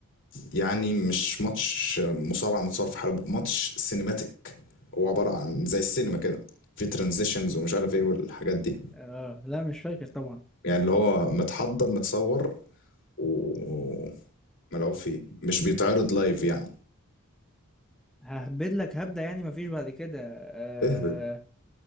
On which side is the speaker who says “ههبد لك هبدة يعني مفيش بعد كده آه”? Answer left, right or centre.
Centre